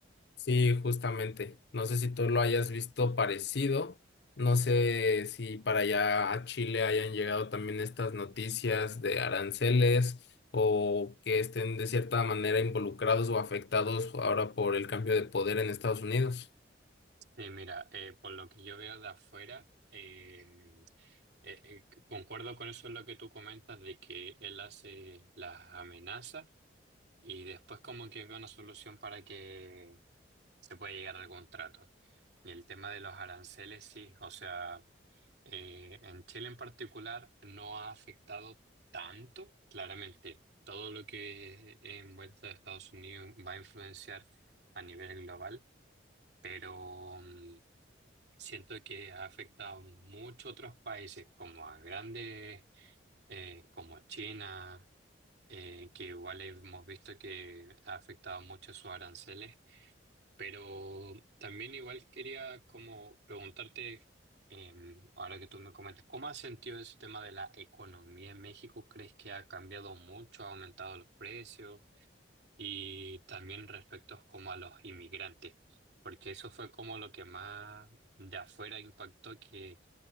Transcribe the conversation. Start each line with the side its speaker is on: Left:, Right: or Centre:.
Left: sí, justamente. No sé si tú lo hayas visto parecido. No sé si para allá a Chile hayan llegado también estas noticias de aranceles o que estén de cierta manera involucrados o afectados ahora por el cambio de poder en Estados Unidos.
Right: Sí, mira, eh, por lo que yo veo de afuera, eh, eh, eh, concuerdo con eso en lo que tú comentas de que él hace las amenazas y después como que ve una solución para que se pueda llegar al contrato. Y el tema de los aranceles, sí, o sea... eh, en Chile en particular no ha afectado tanto. Claramente, todo lo que envuelta a Estados Unidos va a influenciar a nivel global, pero mm, siento que ha afectado mucho a otros países como a grandes, eh, como China, eh, que igual hemos visto que ha afectado mucho sus aranceles. Pero también igual quería como preguntarte, eh, ahora que tú me comentas, ¿cómo has sentido ese tema de la economía en México? ¿Crees que ha cambiado mucho, ha aumentado los precios? Y también respecto como a los inmigrantes, porque eso fue como lo que más de afuera impactó, que